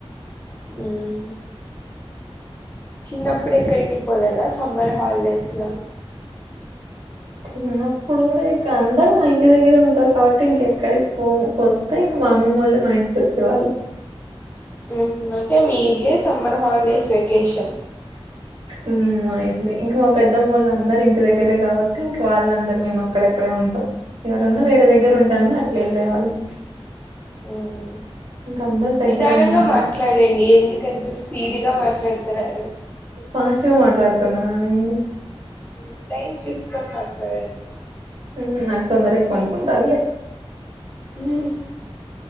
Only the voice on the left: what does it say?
మ్ చిన్నప్పుడు ఎక్కడికి పోలేదా సమ్మర్ హాలిడేస్ లో
ఉ హు అంటే మీ ఇల్లే సమ్మర్ హాలిడేస్ వెకేషన్
మ్
నిదానంగా
మాట్లాడండి ఎందుకంత స్పీడ్ గా మాట్ డతన్నారు
మ్ టైం చూసుకొని మాట్లాడండి
మ్